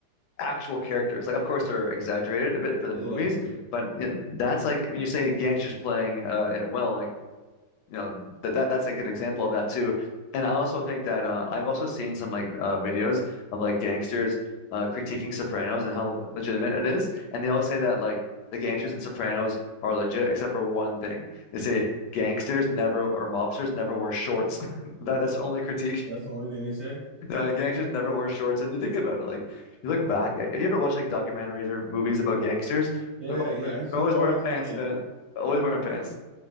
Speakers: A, on the left (about 75°); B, on the right (about 55°).
A: actual characters. Like, of course, they're exaggerated a bit for the
B: Yeah,
A: movies,
B: yeah, yeah.
A: but you know, that's like when you say gangsters playing uh, it well, like, you know that, that that's a good example of that too. And I also think that uh, I've also seen some like uh, videos of like gangsters uh, critiquing Sopranos and how legitimate it is, and they all say that like the gangsters in Sopranos are legit except for one thing. They say gangsters never or mobsters never wear shorts. <laughs> That that's the only critique.
B: That's
A: <laughs>
B: the only thing they say.
A: Uh, gangsters never wear shorts, and you think about it, like you look back. Have you ever watched like documentaries or movies about gangsters?
B: Yeah,
A: They're always
B: yeah.
A: wearing,
B: I used
A: they're
B: to do
A: always
B: it all
A: wearing
B: the
A: pants,
B: time, like
A: man. Always wearing pants.